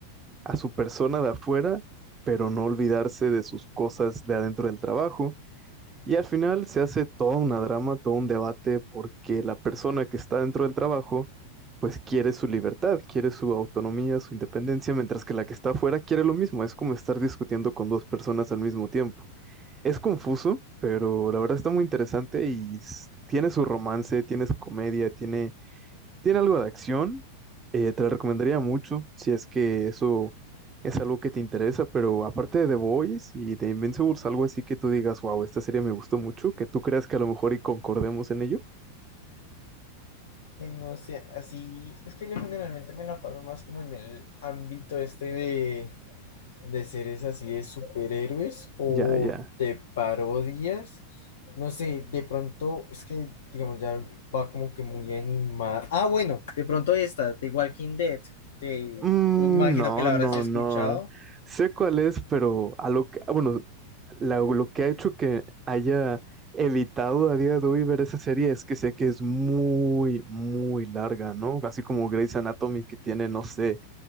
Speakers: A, on the right; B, on the left.
A: a su persona de afuera, pero no olvidarse de sus cosas de adentro del trabajo. Y al final se hace toda una drama, todo un debate, porque la persona que está dentro del trabajo, pues quiere su libertad, quiere su autonomía, su independencia, mientras que la que está afuera quiere lo mismo. Es como estar discutiendo con dos personas al mismo tiempo. Es confuso, pero la verdad está muy interesante y s- tiene su romance, tiene su comedia, tiene, tiene algo de acción. Eh, te la recomendaría mucho si es que eso es algo que te interesa, pero aparte de The Boys y de Invincibles, algo así que tú digas, wow, esta serie me gustó mucho, que tú creas que a lo mejor y concordemos en ello.
B: Sí, No sé, así es que yo generalmente me la paso más como en el ámbito este de, de seres así de superhéroes o
A: Ya, ya.
B: de parodias. No sé, de pronto es que, digamos, ya va como que muy animada. Ah, bueno, de pronto esta, de Walking Dead. te
A: Mm,
B: yo imagino
A: no,
B: que la
A: no,
B: habrás escuchado.
A: no. Sé cuál es, pero a lo que, ah, bueno, la- lo que ha hecho que haya evitado a día de hoy ver esa serie es que sé que es muy, muy larga, ¿no? Así como Grey's Anatomy que tiene, no sé,